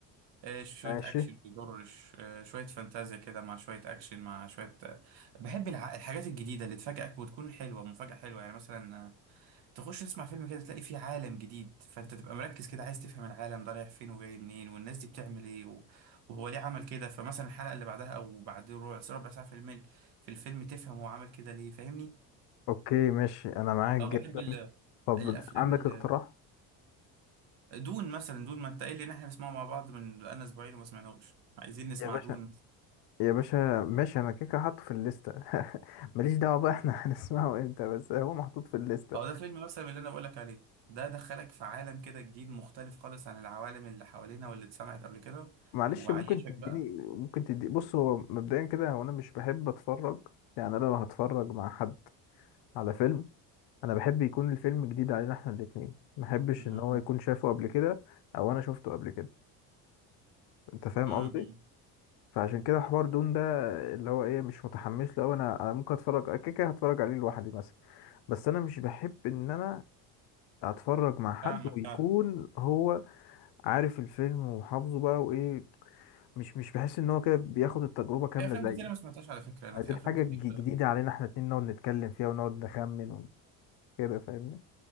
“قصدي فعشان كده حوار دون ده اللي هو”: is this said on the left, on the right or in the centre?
Left